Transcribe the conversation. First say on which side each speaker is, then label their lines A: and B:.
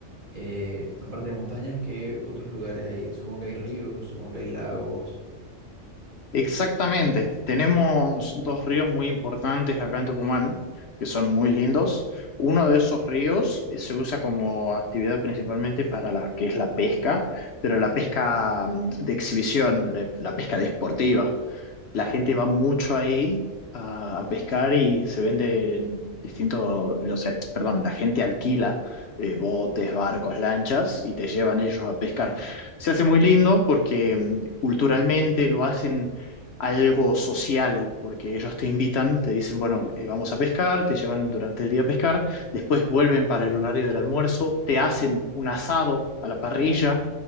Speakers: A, on the right (about 40°); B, on the left (about 60°).
A: eh, aparte de montañas, ¿qué otros lugares hay? Supongo que hay ríos, supongo que hay lagos.
B: Exactamente. Tenemos dos ríos muy importantes acá en Tucumán, que son muy lindos. Uno de esos ríos eh, se usa como actividad principalmente para la que es la pesca, pero
A: Ok.
B: la pesca mm, de exhibición, le- la pesca deportiva.
A: Ok.
B: La gente va mucho ahí a, a pescar y se venden distintos, o sea, perdón, la gente alquila eh, botes, barcos, lanchas y te llevan ellos a pescar. Se hace muy lindo porque mm, culturalmente lo hacen algo social, porque ellos te invitan, te dicen, bueno, eh, vamos a pescar, te llevan durante el día a pescar, después vuelven para el horario del almuerzo, te hacen un asado a la parrilla,